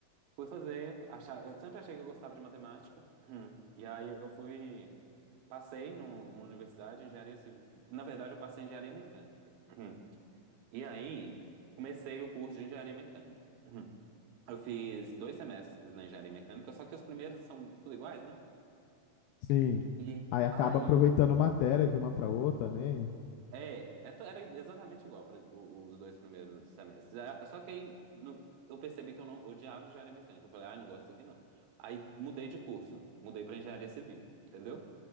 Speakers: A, on the right; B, on the left.
A: Fui fazer, achar, eu sempre achei que eu gostava de matemática. Hum. E aí eu fui, passei no, numa universidade, engenharia civil. Na verdade, eu passei em engenharia mecânica. Hum. E aí comecei o curso de engenharia mecânica. Hum. Eu fiz dois semestres na engenharia mecânica, só que os primeiros são tudo iguais, né?
B: Sim.
A: E
B: Aí acaba
A: aí
B: aproveitando matéria de uma para outra, né?
A: É, é to- era exatamente igual para os dois primeiros semestres. Ah, Só que aí no- eu percebi que eu não odiava engenharia mecânica. Eu falei, ah, não gosto disso aqui não. Aí mudei de curso, mudei para engenharia civil, entendeu?